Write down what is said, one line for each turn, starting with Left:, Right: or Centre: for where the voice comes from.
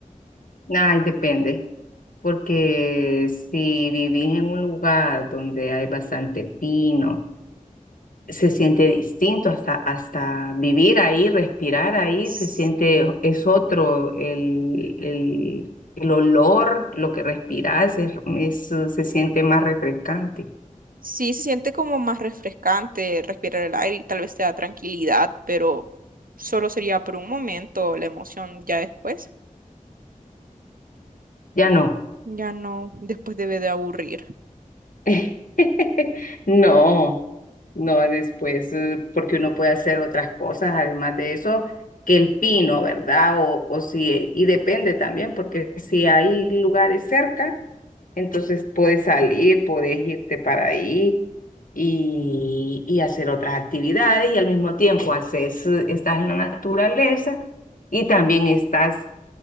Left: Ay, depende, porque si vivís en un lugar donde hay bastante pino, se siente distinto hasta, hasta vivir ahí, respirar ahí,
Right: S-
Left: se siente, es otro, el, el, el olor, lo que respirás, es, es, se siente más refrescante.
Right: Sí, se siente como más refrescante respirar el aire y tal vez te da tranquilidad, pero solo sería por un momento la emoción. Ya después,
Left: Ya no.
Right: ya no, después debe de aburrir.
Left: <laughs> <laughs> No, no después, eh, porque uno puede hacer otras cosas, además de eso, que el pino, ¿verdad? O, o si, y depende también, porque si hay lugares cerca, entonces puedes salir, puedes irte para ahí y, y hacer otras actividades y al mismo tiempo haces, eh, estás en la naturaleza y también estás,